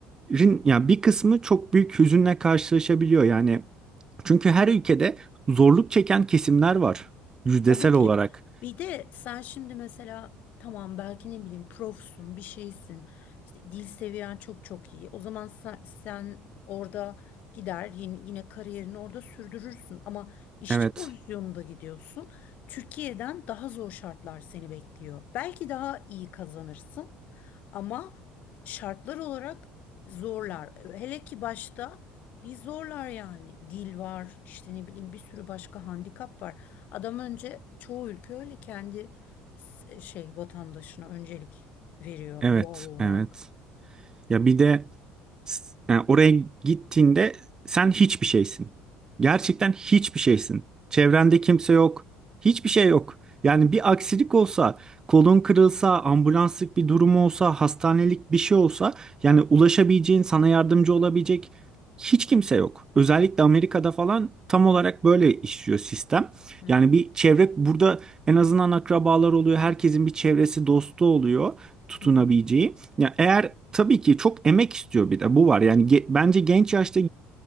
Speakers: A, on the right; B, on the left.
A: Rin- yani bir kısmı çok büyük hüzünle karşılaşabiliyor yani. Çünkü her ülkede zorluk çeken kesimler var yüzdesel
B: Tabii ki.
A: olarak.
B: Bir de sen şimdi mesela tamam belki ne bileyim profsun bir şeysin. İşte dil seviyen çok çok iyi. O zaman sen, sen orada gider yine, yine kariyerini orada sürdürürsün. Ama işçi
A: Evet,
B: pozisyonunda gidiyorsun. Türkiye'den daha zor şartlar seni bekliyor. Belki daha iyi kazanırsın ama şartlar olarak Zorlar. Hele ki başta bir zorlar yani. Dil var, işte ne bileyim bir sürü başka handikap var. Adam önce çoğu ülke öyle kendi s- e, şey vatandaşına öncelik veriyor
A: evet,
B: doğal olarak.
A: evet. Ya bir de S- Yani oraya gittiğinde sen hiçbir şeysin. Gerçekten hiçbir şeysin. Çevrende kimse yok. Hiçbir şey yok. Yani bir aksilik olsa, kolun kırılsa, ambulanslık bir durum olsa, hastanelik bir şey olsa, yani ulaşabileceğin, sana yardımcı olabilecek hiç kimse yok. Özellikle Amerika'da falan tam olarak böyle işliyor sistem.
B: Hı hı,
A: Yani bir çevre burada en azından akrabalar oluyor. Herkesin bir çevresi, dostu oluyor tutunabileceği.
B: hı hı,
A: Ya eğer tabii ki çok emek istiyor bir de bu var. Yani ge- bence genç yaşta